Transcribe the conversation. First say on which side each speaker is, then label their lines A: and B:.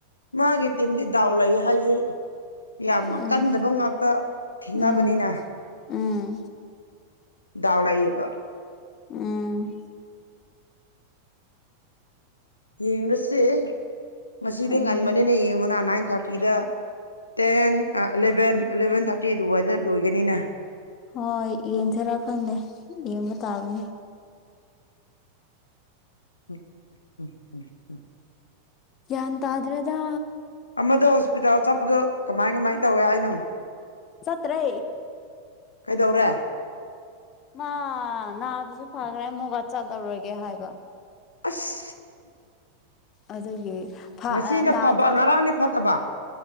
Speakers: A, on the left (about 80°); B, on the left (about 35°).
A: ꯃꯥꯒꯤ ꯇꯤꯝꯗꯤ ꯗꯥꯎ ꯂꯩ ꯍꯥꯏꯁꯩ ꯌꯥꯝ
B: ꯎꯝ
A: ꯀꯟꯗꯕ ꯉꯥꯛꯇ ꯊꯦꯡꯅꯕꯅꯤꯅ
B: ꯎꯝ ꯎꯝ
A: ꯗꯗꯥꯥꯎ ꯂꯩꯌꯦꯕ
B: ꯎꯝ
A: ꯌꯦ ꯁꯤ ꯃꯁꯤꯗꯤ
B: ꯑꯗꯨꯅꯦ
A: ꯉꯟꯕꯅꯤꯅꯦ ꯌꯦꯡꯉꯨꯅ ꯅꯥꯏꯟ ꯊꯥꯔꯇꯤꯗ ꯇꯦꯟ ꯑꯦꯂꯚꯦꯟ ꯑꯦꯂꯚꯦꯟ ꯊꯥꯔꯇꯤ ꯑꯗꯨꯋꯥꯏꯗ ꯂꯣꯏꯒꯅꯤꯅ
B: ꯍꯣꯏ ꯌꯦꯡꯊꯔꯛꯀꯥꯟꯗꯦ ꯌꯦꯡꯕ ꯇꯥꯕꯅꯤ
A: ꯎꯝ ꯎꯝ ꯎꯝ ꯎꯝ
B: ꯌꯥ ꯇꯗ꯭ꯔꯗ
A: ꯑꯃꯗ ꯍꯣꯁꯄꯤꯇꯥꯜ ꯆꯠꯄꯗꯣ ꯀꯃꯥꯏ ꯀꯃꯥꯏꯅ ꯇꯧꯏꯦ ꯍꯥꯏꯅꯣ
B: ꯆꯠꯇ꯭ꯔꯦ
A: ꯀꯩꯗꯧꯔꯦ
B: ꯃꯥ ꯅꯥꯕꯁꯨ ꯐꯈ꯭ꯔꯦ ꯃꯨꯒꯥ ꯆꯠꯂꯔꯒꯦ ꯍꯥꯏꯕ
A: ꯑꯁ
B: ꯑꯗꯨꯒꯤ
A: ꯉꯁꯤꯅ
B: ꯅꯥꯗ꯭ꯔ
A: ꯐꯕ ꯉꯔꯥꯡꯗꯤ ꯐꯠꯇꯕ